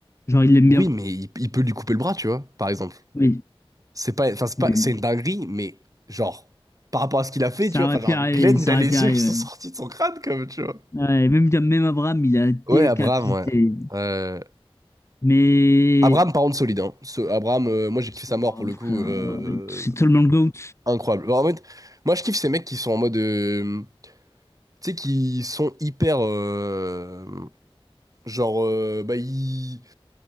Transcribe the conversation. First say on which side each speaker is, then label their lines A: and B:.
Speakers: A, on the left; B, on the right.
A: Genre, il l'aime
B: oui,
A: bien.
B: mais il, il peut lui couper le bras, tu vois, par exemple.
A: Oui.
B: C'est pas, enfin, c'est pas,
A: Oui. oui.
B: c'est une dinguerie, mais genre, par rapport à ce qu'il a fait,
A: Ça
B: tu vois,
A: aurait
B: enfin, genre,
A: pu arriver.
B: Glenn,
A: Ça
B: il a
A: aurait
B: les
A: pu arriver.
B: yeux qui sont sortis de son crâne, comme, tu vois.
A: Ouais, Ouais, même, même Abraham, il a décapité.
B: Ouais, Abraham, ouais. Euh,
A: Mais.
B: Abraham, par contre, solide, hein. Ce, Abraham, euh, moi, j'ai kiffé sa
A: Ouah,
B: mort, pour le
A: frère,
B: coup, euh,
A: euh, c'est tellement le GOAT.
B: incroyable. Bon, en fait, moi, je kiffe ces mecs qui sont en mode, euh, tu sais, qui sont hyper, euh, genre, euh, bah, ils...